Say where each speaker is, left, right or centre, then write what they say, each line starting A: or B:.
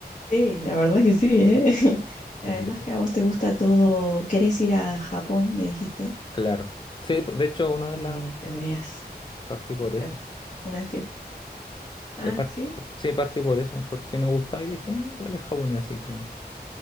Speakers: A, on the left (about 45°); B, on the left (about 30°).
A: Sí, la verdad que sí, ¿eh? <laughs> Y
B: Deshilachado.
A: Además que a vos te gusta todo, querés ir a Japón, me dijiste,
B: Claro. Sí, de hecho,
A: eh,
B: una de las
A: tendrías
B: partí por
A: que ser
B: eso.
A: una vez que... Ah,
B: De par-
A: sí.
B: Sí, partí por eso, porque me gustaba y dije, "Eh, igual es japonés, así que.